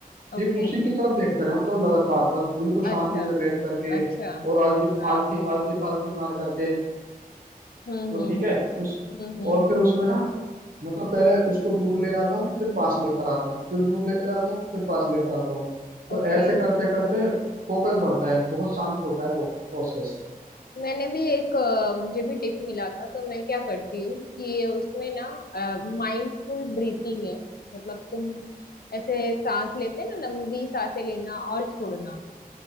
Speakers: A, on the right; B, on the left.
A: ठीक
B: ओके
A: उसी की तरफ देखता रहता हूँ लगातार बस बिल्कुल शांति
B: अच्छा
A: से बैठ करके
B: अच्छा
A: और आलती
B: हाँ
A: आलती आलती पालती मार करके
B: हम्म
A: तो
B: हम्म
A: ठीक
B: हम्म
A: है उस
B: हम्म हम्म
A: और
B: हम्म,
A: फिर उसमें ना मतलब पहले उसको दूर ले जाता हूँ फिर पास लेकर आता हूँ फिर दूर लेकर आता हूँ फिर पास लेकर आता हूँ तो
B: ओके
A: ऐसे करते करते फोकस बढ़ता है बहुत शांत होता है वो प्रोसेस
B: मैंने भी एक अ, मुझे भी टिप मिला था तो मैं क्या करती हूँ कि उसमें ना माइंडफुल ब्रीथिंग है मतलब तुम ऐसे सांस लेते हैं ना लंबी सांसें लेना और छोड़ना